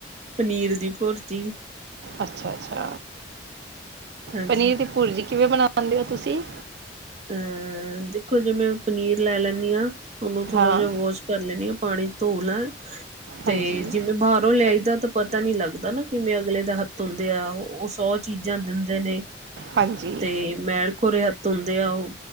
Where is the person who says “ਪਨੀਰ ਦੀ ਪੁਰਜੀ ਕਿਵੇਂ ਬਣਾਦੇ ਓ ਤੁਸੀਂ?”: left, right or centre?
Right